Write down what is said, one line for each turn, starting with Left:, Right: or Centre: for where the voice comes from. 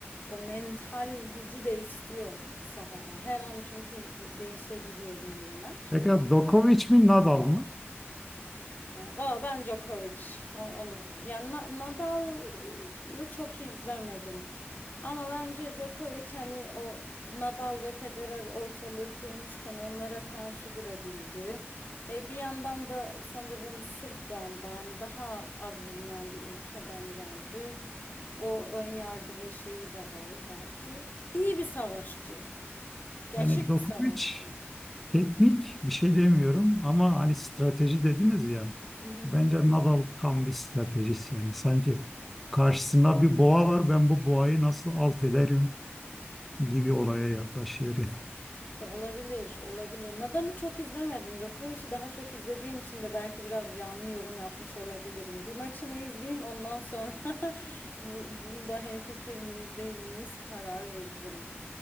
Left: o mental gücü de istiyor sahada. Her an çünkü değişebiliyor dengeler
Centre: Pekala Dokovic mi Nadal mı?
Left: valla ben Djokovic o- onu yani Na- Nadal'ı çok izlemedim ama bence Djokovic hani o Nadal ve Federer ortalığı kurmuşken onlara karşı durabildi. E, bir yandan da sanırım Sırp galiba hani daha az bilinen bir ülkeden geldi. O ön yargı ve şeyi de var belki. İyi bir savaşçı. Gerçek
Centre: Hani Dokovic
Left: bir savaşçı.
Centre: teknik bir şey demiyorum ama hani strateji dediniz ya.
Left: Hı hı.
Centre: Bence Nadal tam bir stratejist yani sanki karşısında bir boğa var ben bu boğayı nasıl alt ederim
Left: Hı.
Centre: gibi olaya yaklaşıyor. Yani.
Left: Olabilir, olabilir. Nadal'ı çok izlemedim. Djokovic'i daha çok izlediğim için de belki biraz yanlış yorum yapmış olabilirim. Bir maçını izleyeyim, ondan sonra <laughs> bu, bunda hemfikir miyiz, değil miyiz karar veririm.